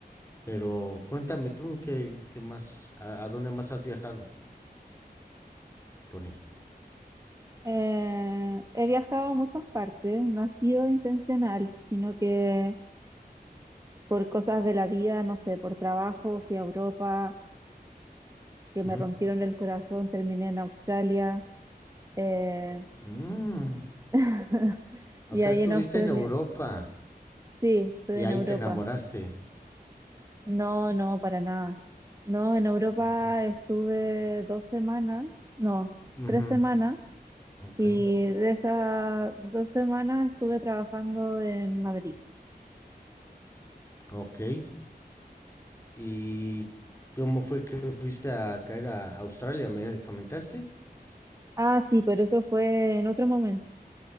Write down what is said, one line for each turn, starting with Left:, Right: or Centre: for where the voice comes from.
Left: Pero cuéntame tú qué, qué más, a, a, dónde más has viajado, Tony.
Right: Eh, he viajado a muchas partes, no ha sido intencional, sino que por cosas de la vida, no sé, por trabajo, fui a Europa, que me
Left: Uh -huh.
Right: rompieron el corazón, terminé en Australia. eh,
Left: mm.
Right: <laughs>
Left: O
Right: y
Left: sea,
Right: ahí
Left: estuviste
Right: en Australia,
Left: en Europa
Right: sí, estuve
Left: y ahí
Right: en Europa.
Left: te enamoraste.
Right: No, no, para nada. No, en Europa
Left: Entonces,
Right: estuve dos semanas, no,
Left: uh
Right: tres
Left: -huh.
Right: semanas,
Left: ok,
Right: y de esas dos semanas estuve trabajando en Madrid.
Left: ok. ¿Y cómo fue que fuiste a caer a Australia? ¿Me comentaste?
Right: Ah, sí, pero eso fue en otro momento,